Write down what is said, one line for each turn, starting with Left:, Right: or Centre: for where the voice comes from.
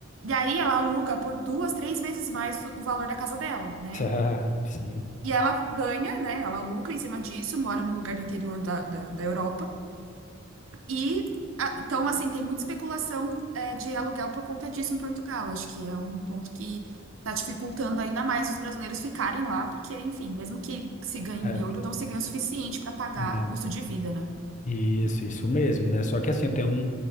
Right: E aí ela aluga por duas, três vezes mais o o valor da casa dela, né?
Left: <laughs> Sim.
Right: E ela ganha, né? Ela lucra em cima disso, mora no lugar do interior da, da, da Europa. E, ah, então, assim, tem muita especulação, é, de aluguel por conta disso em Portugal. Acho que é um ponto que está dificultando ainda mais os brasileiros ficarem lá, porque, enfim, mesmo que se ganhe em
Left: É.
Right: euro, não se ganha o suficiente para pagar
Left: Não.
Right: o custo de vida, né?
Left: Isso, isso mesmo, né? Só que assim, tem um,